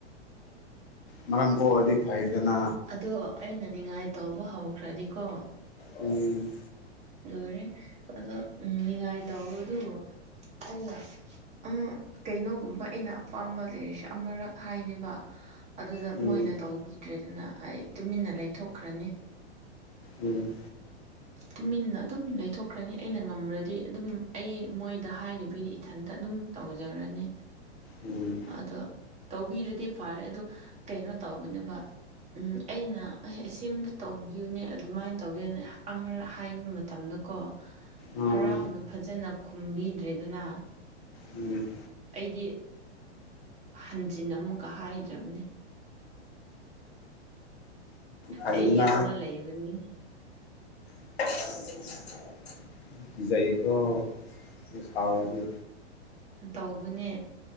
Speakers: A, on the left; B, on the right.
A: ꯃꯔꯝ ꯑꯣꯛꯑꯗꯤ ꯐꯩꯗꯅ
B: ꯑꯗꯣ ꯑꯩꯅ ꯅꯤꯡꯉꯥꯏ ꯇꯧꯕ ꯍꯧꯈ꯭ꯔꯗꯤꯀꯣ
A: ꯎꯝ
B: ꯂꯣꯏꯔꯦ ꯑꯗꯣ ꯎꯝ ꯅꯤꯉꯥꯏ ꯇꯧꯕ ꯗꯨꯕꯨ ꯑꯩꯅ ꯑꯝ ꯀꯩꯅꯣꯒꯨꯝꯕ ꯑꯩꯅ ꯑꯄꯥꯝꯕ ꯂꯩꯔꯤꯁꯦ ꯑꯃꯔꯛ ꯍꯥꯏꯅꯦꯕ ꯑꯗꯨꯗ
A: ꯎꯝ
B: ꯃꯣꯏꯅ ꯇꯧꯕꯤꯗ꯭ꯔꯦ ꯗꯅ ꯑꯩ ꯇꯨꯃꯤꯟꯅ ꯂꯩꯊꯣꯛꯈ꯭ꯔꯅꯤ
A: ꯎꯝ
B: ꯇꯨꯃꯤꯟꯅ ꯑꯗꯨꯝ ꯂꯩꯊꯣꯛꯈ꯭ꯔꯅꯤ ꯑꯩꯅ ꯉꯝꯃ꯭ꯔꯗꯤ ꯑꯗꯨꯝ ꯑꯩ ꯃꯣꯏꯗ ꯍꯥꯏꯔꯤꯕꯤ ꯏꯊꯟꯇ ꯑꯗꯨꯝ ꯇꯧꯖꯔꯅꯤ
A: ꯎꯝ
B: ꯑꯗꯣ ꯇꯧꯕꯤꯔꯗꯤ ꯐꯔꯦ ꯑꯗꯣ ꯀꯩꯅꯣ ꯇꯧꯕꯅꯦꯕ ꯎꯝ ꯑꯩꯅ ꯑꯁꯤꯝꯗ ꯇꯧꯕꯤꯌꯨꯅꯦ ꯑꯗꯨꯃꯥꯏꯅ ꯇꯧꯋꯦꯅꯦ ꯑꯃꯔꯛ ꯍꯥꯏꯕ ꯃꯇꯝꯗꯀꯣ
A: ꯑꯥ
B: ꯍꯔꯥꯎꯅ ꯐꯖꯅ ꯈꯨꯝꯕꯤꯗ꯭ꯔꯦꯗꯅ
A: ꯎꯝ
B: ꯑꯩꯗꯤ ꯍꯟꯖꯤꯟꯅ ꯑꯃꯨꯛꯀ ꯍꯥꯏꯗ꯭ꯔꯕꯅꯦ
A: ꯐꯩꯗꯅ
B: ꯑꯩ ꯒꯤ
A: ꯎꯝ
B: ꯑꯃ ꯂꯩꯕꯅꯤ
A: <unintelligible> ꯀꯖꯩꯌꯦꯀꯣ ꯁꯥꯎꯔꯗꯤ
B: ꯇꯧꯕꯅꯦ